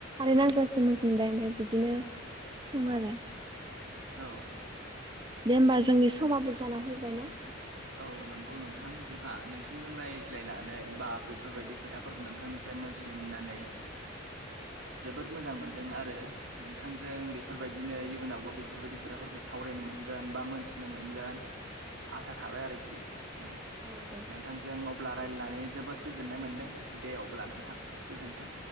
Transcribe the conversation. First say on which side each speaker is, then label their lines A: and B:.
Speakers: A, on the right; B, on the right.
A: खारै नांजासिम होफिनबाय ओमफ्राय बिदिनो सङो आरो।
B: औ।
A: दे होमबा जोंनि समाबो जाना फैबाय ना।
B: औ नंगौ नोंथां जोंहा नोंथांजों रायज्लायनानै बा बेफोरबायदि
A: औ
B: खोथाफोरखौ नोंथांनि ओमफ्राय मोनथिनो मोननानै। जोबोद मोजां मोनदों आरो नोंथांजों बेफोरबायदिनो इयुनावबो बेफोरबायदि खोथा। फोरखौ सावरायनो मोनगोन बा मोनथिनो मोनगोन आसा थाबाय आरोखि जोङो
A: औ औ दे
B: नोंथांजों अब्ला रायजलायनानै जोबोद गोजोननाय मोनदों। दे अब्ला
A: औ
B: नोंथां गोजोन्थों।